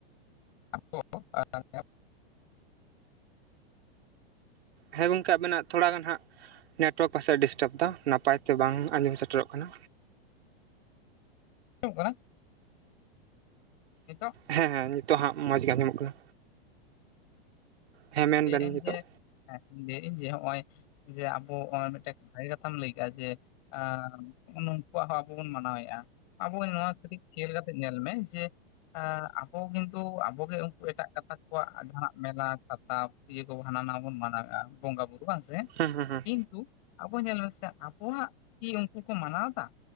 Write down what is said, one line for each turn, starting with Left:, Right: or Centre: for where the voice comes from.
Left: <inaudible>
Right: ᱦᱮᱸ ᱜᱚᱝᱠᱮ ᱟᱵᱮᱱᱟᱜ ᱛᱷᱚᱲᱟ ᱜᱟᱱ ᱦᱟᱸᱜ ᱱᱮᱴᱣᱟᱨᱠ ᱯᱟᱥᱮᱡ ᱰᱤᱥᱴᱟᱵᱽ ᱫᱟ ᱱᱟᱯᱟᱭ ᱛᱮ ᱵᱟᱝ ᱟᱸᱡᱚᱢ ᱥᱮᱴᱮᱨᱚᱜ ᱠᱟᱱᱟ᱾
Left: <inaudible> ᱠᱟᱱᱟ? ᱱᱮᱛᱚᱜ?
Right: ᱦᱮᱸ ᱦᱮᱸ, ᱱᱤᱛᱚᱜ ᱦᱟᱸᱜ ᱢᱚᱸᱡᱽ ᱜᱮ ᱟᱸᱡᱚᱢᱚᱜ ᱠᱟᱱᱟ᱾ ᱦᱮᱸ
Left: ᱞᱟᱹᱭᱮᱜ
Right: ᱢᱮᱱ ᱵᱮᱱ
Left: ᱟᱹᱧ
Right: ᱱᱤᱛᱚᱜ
Left: ᱡᱮ, ᱦᱮᱸ, ᱞᱟᱹᱭᱮᱜ ᱟᱹᱧ ᱡᱮ, ᱦᱚᱸᱜ ᱚᱭ ᱡᱮ ᱟᱵᱚ ᱦᱚᱜ-ᱚᱭ ᱢᱤᱫᱴᱮᱡ ᱵᱷᱟᱜᱮ ᱠᱟᱛᱷᱟᱢ ᱞᱟᱹᱭ ᱠᱟᱜᱼᱟ ᱡᱮ ᱮᱸ ᱩᱱ ᱩᱝᱠᱩᱣᱟᱜ ᱦᱚᱸ ᱟᱵᱚ ᱵᱚᱱ ᱢᱟᱱᱟᱣᱮᱜᱼᱟ᱾ ᱟᱵᱚ ᱱᱚᱣᱟ ᱠᱟᱹᱴᱤᱡ ᱠᱷᱮᱞ ᱠᱟᱛᱮᱜ ᱧᱮᱞ ᱢᱮ ᱡᱮ ᱟᱵᱚ ᱠᱤᱱᱛᱩ ᱟᱵᱚᱜᱮ ᱩᱝ ᱠᱩ ᱮᱴᱟᱜ ᱜᱟᱛᱟᱠ ᱠᱚᱣᱟᱜ ᱡᱟᱦᱟᱸᱱᱟᱜ ᱢᱮᱞᱟ ᱪᱷᱟᱛᱟ ᱤᱭᱟᱹ ᱠᱚ ᱦᱟᱱᱟ ᱱᱟᱣᱟ ᱵᱚᱱ ᱢᱟᱱᱟᱣᱮᱜᱼᱟ ᱵᱚᱸᱜᱟ ᱵᱩᱨᱩ ᱵᱟᱝ ᱥᱮ?
Right: ᱦᱮᱸ ᱦᱮᱸ ᱦᱮᱸ
Left: ᱠᱤᱱᱛᱩ, ᱟᱵᱚ ᱧᱮᱞ ᱢᱮᱥᱮ ᱟᱵᱚᱣᱟᱜ ᱠᱤ ᱩᱱᱠᱩ ᱠᱚ ᱢᱟᱱᱟᱣᱫᱟ?